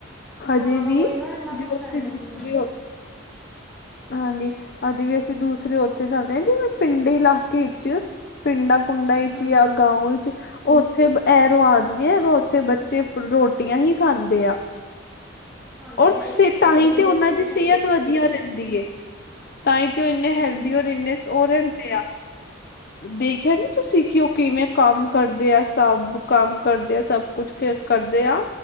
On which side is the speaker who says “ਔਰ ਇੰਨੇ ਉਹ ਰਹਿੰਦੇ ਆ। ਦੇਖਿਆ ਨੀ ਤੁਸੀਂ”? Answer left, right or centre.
Left